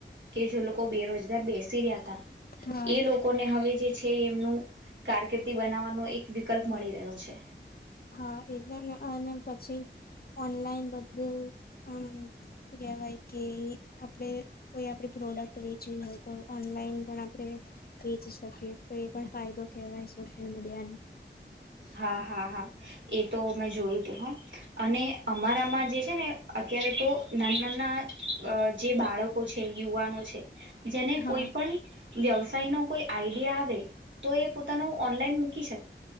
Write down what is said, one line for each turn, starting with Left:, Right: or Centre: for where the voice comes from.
Right: કે જે લોકો કો બેરોજગાર બેસી રહ્યા હતા.
Left: હા.
Right: એ લોકોને હવે જે છે એમનું કારક બનાવવાનો એક વિકલ્પ મળી રહ્યો છે.
Left: હા એ અને પછી ઓનલાઈન બધું આમ શું કેહેવાય કે આપ કોઈ આપે પ્રોડક્ટ વેચવી હોય તો ઓનલાઈન પણ આપણે વેચી શકીએ તો એ પણ ફાયદો કહેવાય સોશિયલ મીડિયાનો
Right: હા-હા. હા. એ તો મેં જોયું તું હ અને અમારામાં જે છે ને અત્યારે તો ના નાના જે બાળકો છે. યુવાનો છે જેને
Left: હા
Right: કોઈ પણ વ્યવસાય ન કોઈ આઈડિયા આવે તો એ પોતાનો ઓનલાઈન મૂશક